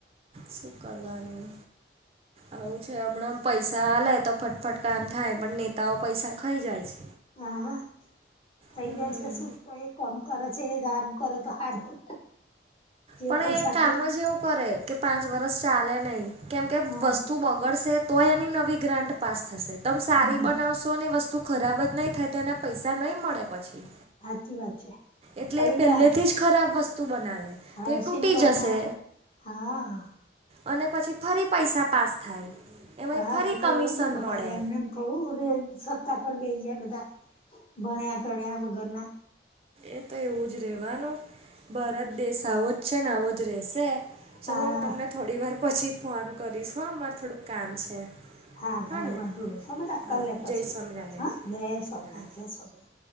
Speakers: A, on the right (about 35°); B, on the left (about 30°).
A: શું કરવાનું?
B: <inaudible>
A: આવું છે, હમણાં પૈસા આલે તો ફટફટ કામ થાય, પણ નેતાઓ પૈસા ખઇ જાય છે.
B: વાવા થઈ
A: હમ
B: જાય છે શુ, એ કોમ કરે છે, એ હારું કરે તો હારું. જે
A: પણ
B: પૈસાથી
A: એ કામ જ એવું કરે, કે પાંચ વરસ ચાલે નઈ, કેમ કે
B: હા
A: વસ્તુ બગડશે તો એની નવી ગ્રાન્ટ પાસ થશે, તમ સારી
B: હમ
A: બનાવશો તો ની વસ્તુ ખરાબજ નઈ થાય, તો એને પૈસા નઈ મળે પછી.
B: હાચી વાત છે.
A: એટલે
B: અલીયા
A: એ પેલ્લેથી જ ખરાબ વસ્તુ બનાવે.
B: હાઉસિંગ
A: તે તૂટી
B: બના
A: જશે
B: હા.
A: અને પછી ફરી પૈસા પાસ થાય. એમાં
B: હા,
A: ફરી
B: એ તો
A: કમિશન
B: એવુંજ ને બકા
A: મળે
B: એ એમને એમ થોડું સત્તા પર બેઈ ગયા બધાં, ભન્યા ગન્યા વગરના.
A: એ તો એવુંજ રેવાનું, ભારત દેશ આવોજ છે, ને આવોજ રેશે. ચલો
B: હા
A: હું તમને થોડી વાર પછી ફોન કરીશ હ, માર થોડુંક કામ છે.
B: હાલ હાલ,
A: હા ને
B: વાંધો નઈ હ બેટા કરલે
A: હા
B: પછી,
A: જય સ્વામિનારાયણ
B: હ જય સોમનાથ,
A: હા
B: જય સોમનાથ.